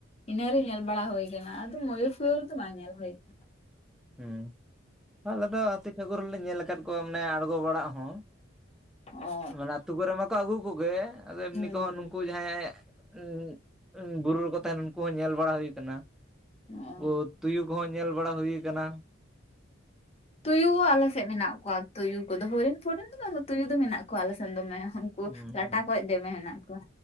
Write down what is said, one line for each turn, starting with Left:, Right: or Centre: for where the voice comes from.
Left: ᱤᱱᱟᱹᱨᱮ ᱧᱮᱞ ᱵᱟᱲᱟ ᱦᱩᱭ ᱟᱠᱟᱱᱟ ᱟᱫᱚ ᱢᱚᱭᱩᱨ ᱥᱚᱭᱩᱨ ᱫᱚ ᱵᱟᱝ ᱧᱮᱞ ᱦᱩᱭ ᱟᱠᱟᱱᱟ᱾
Centre: ᱦᱮᱸ ᱟᱞᱮ ᱫᱚ ᱦᱟᱹᱛᱤ ᱴᱷᱟᱹᱠᱩᱨ ᱦᱚᱸᱞᱤᱧ ᱧᱮᱞ ᱟᱠᱟᱫ ᱠᱚᱣᱟ ᱢᱟᱱᱮ ᱟᱬᱜᱚ ᱵᱟᱲᱟᱜ ᱦᱚᱸ᱾
Left: ᱟᱠᱟᱱᱟ᱾ ᱚ
Centre: ᱢᱟᱱᱮ ᱟᱹᱛᱩ ᱠᱚᱨᱮ ᱢᱟᱠᱚ ᱟᱹᱜᱩ ᱠᱚᱜᱮ ᱟᱫᱚ ᱮᱢᱱᱤ
Left: ᱦᱩᱸ
Centre: ᱠᱚᱦᱚᱸ
Left: ᱦᱩᱸ
Centre: ᱱᱩᱠᱩ ᱦᱮᱸ ᱵᱩᱨᱩ ᱨᱮᱠᱚ ᱛᱟᱦᱮᱱ ᱩᱱᱠᱩ ᱦᱚᱸ ᱧᱮᱞ ᱵᱟᱲᱟ ᱦᱩᱭ ᱟᱠᱟᱱᱟ ᱾
Left: ᱚ
Centre: <inaudible> ᱛᱩᱭᱩ ᱠᱚᱦᱚᱸ ᱧᱮᱞ ᱵᱟᱲᱟ ᱦᱩᱭ ᱠᱟᱱᱟ᱾
Left: ᱛᱩᱭᱩ ᱟᱞᱮ ᱥᱮᱫ ᱢᱮᱱᱟᱜ ᱠᱚᱣᱟ᱾ ᱛᱩᱭᱩ ᱠᱚᱫᱚ ᱦᱚᱨᱤᱱ ᱯᱷᱚᱨᱤᱱ ᱫᱚ ᱵᱟᱹᱱᱩᱜ ᱛᱩᱭᱩ ᱫᱚ ᱢᱮᱱᱟᱜ ᱠᱚᱣᱟ ᱟᱞᱮ ᱥᱮᱱ ᱫᱚᱢᱮ ᱠᱩ
Centre: ᱦᱩᱸ
Left: ᱞᱟᱴᱟ ᱠᱷᱚᱡ ᱫᱚᱢᱮ ᱦᱮᱱᱟᱜ ᱠᱚᱣᱟ